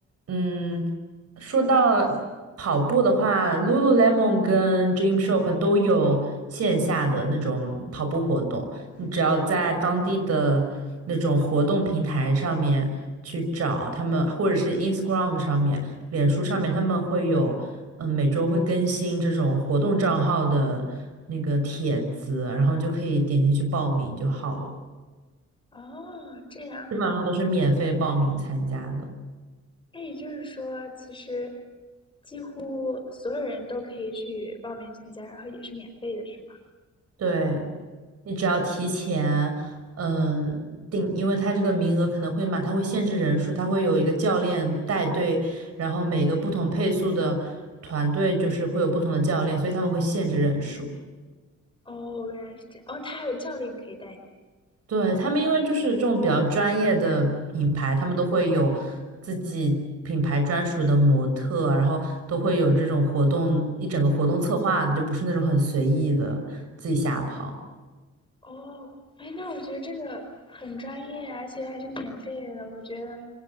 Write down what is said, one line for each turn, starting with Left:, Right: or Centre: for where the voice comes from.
Right: 嗯，说到跑步的话，Lululemon 跟 d r e a m s h o r k 都有线下的那种跑步活动。你只要在当地的那种活动平台上面去找他们，或者是 Instagram 上面、脸书上面，他们会有，嗯，每周会更新这种活动账号的那个帖子，然后你就可以点进去报名就好了。
Left: 哦，这样，
Right: 基本上都是免费报名参加的。
Left: 那也就是说，其实几乎所有人都可以去报名参加，然后也是免费的，是吗？
Right: 对，你只要提前，嗯，定，因为他这个名额可能会满，他会限制人数，他会有一个教练带队，然后每个不同配速的团队就是会有不同的教练，所以他们会限制人数。
Left: 哦，原来是这样。哦，它还有教练可以带你。
Right: 对，他们因为就是这种比较专业的品牌，他们都会有自己品牌专属的模特，然后都会有这种活动，一整个活动策划的，就不是那种很随意的自己瞎跑。
Left: 哦，哎，那我觉得这个很专业，而且还是免费的。我觉得，